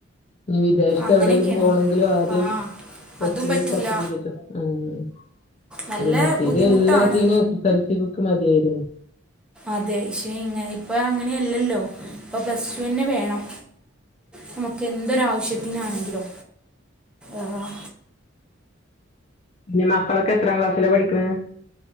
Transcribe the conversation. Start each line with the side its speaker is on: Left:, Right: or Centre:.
Left: ഇനി വിദേശത്ത്
Centre: അങ്ങനെയൊക്കെയാണ്
Left: എവിടേങ്കിലും പോണോങ്കിലും ആദ്യം
Centre: ആ
Left: പ്ലസ്ടുന്റെ
Centre: അതും പറ്റൂല
Left: സർട്ടിഫിക്കറ്റ് ഉം
Centre: നല്ല
Left: അത് മറ്റേത്
Centre: ബുദ്ധിമുട്ടാണ്
Left: എല്ലാത്തിനും എസ്എസ്എൽസി ബുക്ക് മതിയായിരുന്നു
Centre: അതെ ഇക്ഷെ ഇ ഇപ്പ അങ്ങനെ അല്ലല്ലോ ഇപ്പൊ പ്ലസ് ടു തന്നെ വേണം നമുക്ക് എന്തൊരാവശ്യത്തിനാണെങ്കിലോ ആഹ്
Left: പിന്നെ മക്കളൊക്കെ എത്രാം ക്ലാസ്സില പഠിക്കുന്നെ